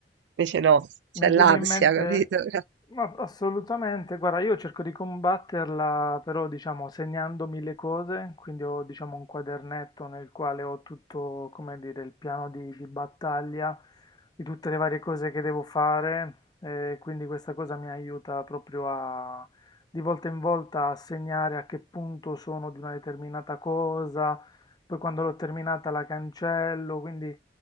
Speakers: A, on the right (about 80°); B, on the left (about 25°).
A: Invece no,
B: Mi
A: c'è l'ansia,
B: viene in mente,
A: capito? <laughs>
B: ma assolutamente, guarda, io cerco di combatterla però diciamo segnandomi le cose, quindi ho diciamo un quadernetto nel quale ho tutto, come dire, il piano di, di battaglia di tutte le varie cose che devo fare, eh, quindi questa cosa mi aiuta proprio a di volta in volta a segnare a che punto sono di una determinata cosa, poi quando l'ho terminata la cancello, quindi